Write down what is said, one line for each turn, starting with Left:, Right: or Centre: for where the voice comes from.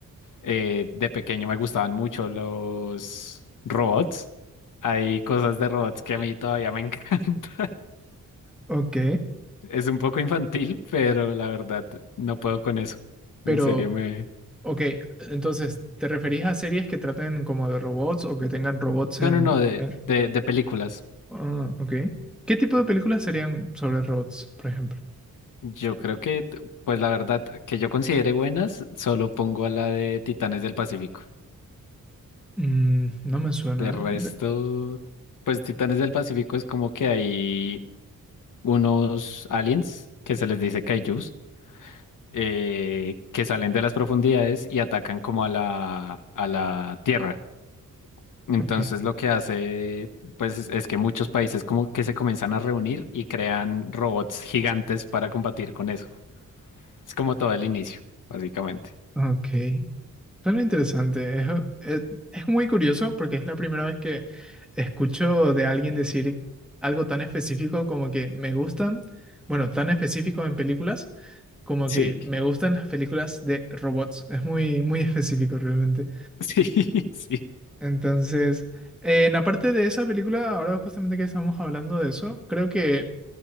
Left: eh, de pequeño me gustaban mucho los robots. Hay cosas de robots que a mí todavía me encantan. <laughs>
Centre: Ok,
Left: Es un poco infantil, pero la verdad no puedo con eso.
Centre: pero,
Left: En serio me...
Centre: ok, entonces, ¿te referís a series que traten como de robots o que tengan robots
Left: No,
Centre: en...
Left: no, no, de,
Centre: en-
Left: de, de películas.
Centre: Ah, ok. ¿Qué tipo de películas serían sobre robots, por ejemplo?
Left: Yo creo que, t- pues la verdad, que yo considere buenas, solo pongo a la de Titanes del Pacífico.
Centre: Mm, no me suena,
Left: De resto,
Centre: ¿eh? De-
Left: pues Titanes del Pacífico es como que hay unos aliens que se les dice kaijus, eh, que salen de las profundidades y atacan como a la, a la Tierra. Entonces
Centre: Ok.
Left: lo que hace, pues, es es que muchos países como que se comienzan a reunir y crean robots gigantes para combatir con eso. Es como todo el inicio, básicamente.
Centre: Ok. Suena interesante. Es, es, es muy curioso porque es la primera vez que escucho de alguien decir algo tan específico como que me gustan, bueno, tan específico en películas, como
Left: Sí,
Centre: que me gustan las películas de robots. Es muy, muy <laughs> específico realmente.
Left: <laughs> sí, sí.
Centre: Entonces, en aparte de esa película, ahora justamente que estamos hablando de eso, creo que